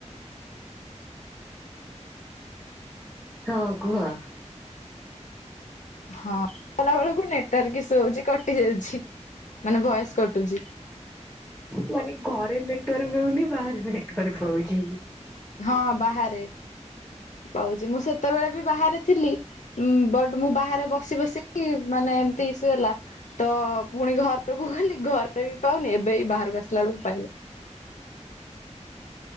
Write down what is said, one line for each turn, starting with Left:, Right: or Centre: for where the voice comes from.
Centre: ହଁ କୁହ?
Left: ହଁ କଲା ବେଳକୁ ନେଟାର୍ ଇସୁ ହଉଛି କଟି ଯାଉଛି ମାନେ ଭୟସ କଟୁଛି।
Centre: ମାନେ ଘରେ ନେଟୱାର୍କ ହଉନି ବାହାରେ ନେଟୱାର୍କ ପାଉଛି।
Left: ହଁ ବାହାରେ ପାଉଛି ମୁଁ ସେତେବେଳେ ବି ବାହାରେ ଥିଲି। ବଟ ମୁଁ ବାହାରେ ବସି ବସିି ମାନେ ଏମତି ଇସୁ ହେଲା। ତ ପୁଣି ଘରକୁ ଗଲି ଘରେ ବି ପାଉନି ଏବେ ବାହାରକୁ ଆସିଲା ବେଳକୁ ପାଇଲା।